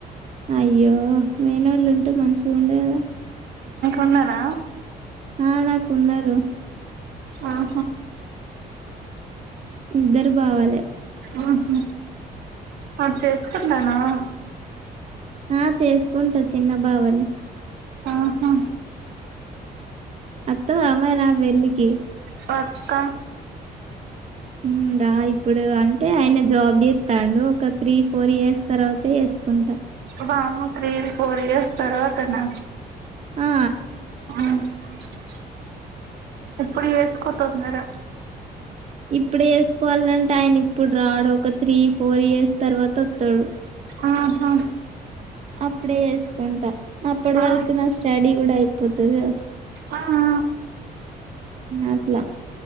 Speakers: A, on the right (about 40°); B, on the right (about 85°).
A: అయ్యో మేనోల్లుంటే మంచిగుండు కదా
B: ఉన్నరా?
A: ఆ నాక్ ఉన్నరు.
B: ఆహ
A: ఇద్దరు బావాలె
B: ఆహ మార్ చేస్కుంటాన్నవా?
A: ఆ చేస్కుంట చిన్న బావాని.
B: ఆహా
A: అత్తవా మర్ నా పెళ్ళికి
B: పక్క
A: హ్మ్. రా ఇప్పుడు అంటే ఆయన జాబ్ చేత్తాండు ఒక త్రీ ఫోర్ ఇయర్స్ తర్వాత చేస్కుంట.
B: వామ్మో త్రీ ఫోర్ ఇయర్స్ తర్వాతనా
A: ఆ!
B: అ ఇప్పుడ్ చేస్కో తొందర
A: ఇప్పుడే చేస్కోవాలంటే ఆయన ఇప్పుడ్ రాడు ఒక త్రీ ఫోర్ ఇయర్స్ తర్వాత ఒత్తడు.
B: ఆహా!
A: అప్పుడే చేస్కుంటా అప్పటి
B: ఆ
A: వరకు నా స్టడీ కూడా అయిపోతదిగా
B: ఆ ఆ..
A: అట్లా